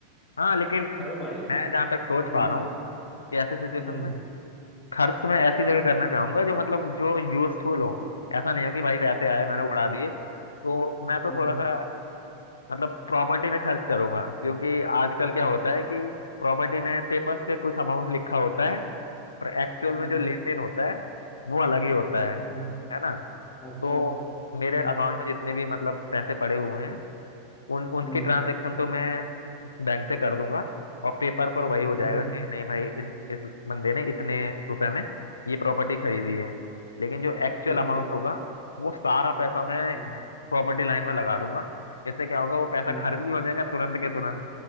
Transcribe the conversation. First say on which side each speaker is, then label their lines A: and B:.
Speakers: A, on the left; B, on the left.
A: हाँ लेकिन <laughs>
B: अरे भाई
A: मैं जहाँ तक सोच
B: हम्म
A: पा रहा हूँ
B: इत-
A: कि ऐसे सिचुएशन
B: हम्म
A: में खर्च मैं ऐसी जगह
B: हम्म,
A: करना चाहूंगा जो मतलब जो यूजफुल हो ऐसा नहीं हो कि भाई पैसे आए
B: अच्छा
A: मैंने उड़ा दिए तो मैं तो
B: हम्म
A: थोड़ा सा मतलब प्रॉपर्टी में खर्च करूंगा क्योंकि आजकल क्या
B: अच्छा
A: होता है कि प्रॉपर्टी में पेपर्स पे कुछ अमाउंट लिखा होता है और एक्चुअल
B: हम्म
A: में जो लेन देन होता है वो अलग ही होता है
B: हम्म
A: है ना
B: अच्छा
A: तो मेरे
B: हम्म
A: अकाउंट में जितने भी मतलब पैसे पड़े हुए हैं उन उनकी
B: हम्म
A: ट्रांजेक्शन तो मैं बैंक से कर दूंगा और पेपर पर वही हो
B: हम्म,
A: जाएगा कि नहीं भाई इस इस बंदे ने इतने रुपए में ये प्रॉपर्टी खरीदी है लेकिन जो एक्चुअल
B: अच्छा
A: अमाउंट होगा वो सारा पैसा मैं
B: हम्म
A: प्रॉपर्टी लाइन में लगा दूंगा इससे क्या होगा वो पैसा
B: हम्म
A: खर्च भी हो जाएगा तुरंत के तुरंत